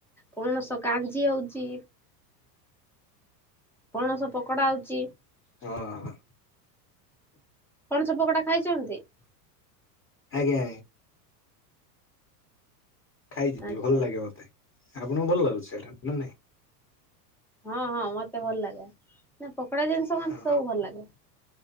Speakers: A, in the centre; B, on the left (about 30°).
A: ପଣସ କାଞ୍ଜି ହଉଚି ପଣସ ପକୋଡା ଆଉ ଚିପ୍ସ
B: ହଁ
A: ପଣସ ପକୋଡା ଖାଇଛନ୍ତି <unintelligible>
B: ଆଜ୍ଞା, ଆଜ୍ଞା ଖାଇଛି
A: ଆଚ୍ଛା
B: ଭଲ ଲାଗେ ମତେ ଆପଣଙ୍କୁ ଭଲ ଲାଗୁଛି ସେଇଟା, ନା ନାଇଁ
A: ହଁ, ହଁ ମତେ ଭଲ ଲାଗେ ନା ପକୋଡ଼ା ଜିନିଷ ମତେ
B: ହଁ
A: ସବୁ ଭଲ ଲାଗେ।